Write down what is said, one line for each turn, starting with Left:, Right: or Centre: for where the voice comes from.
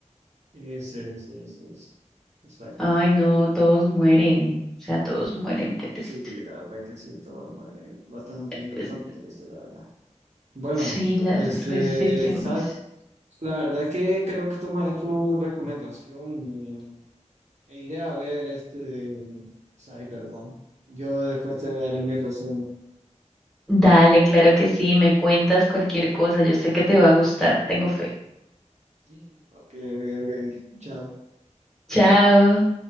Right: Ese, ese, ese, ese. Exacto.
Centre: Ay, no, todos mueren. O sea, todos mueren, qué triste.
Right: Sí, la verdad que sí, todo madre, bastante, bastante
Centre: Es-
Right: triste, la verdad. Bueno,
Centre: Sí, la,
Right: este,
Centre: tristísimo.
Right: ¿sabes? La verdad que creo que tomaré tu recomendación y- e iré a ver este Cyberpunk. Yo después te daré mi reseña.
Centre: Dale, claro que sí, me cuentas cualquier cosa. Yo sé que te va a gustar, tengo fe.
Right: Sí. Ok, ok, ok. Chao.
Centre: Chao.